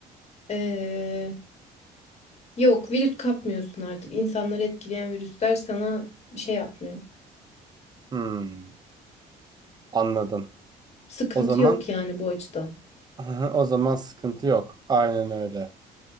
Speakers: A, on the left; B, on the right.
A: Ee, yok virüs kapmıyorsun artık. İnsanları etkileyen virüsler sana bir şey yapmıyor.
B: Hmm, anladım.
A: Sıkıntı
B: O zaman
A: yok yani bu açıdan.
B: <laughs> o zaman sıkıntı yok. Aynen öyle.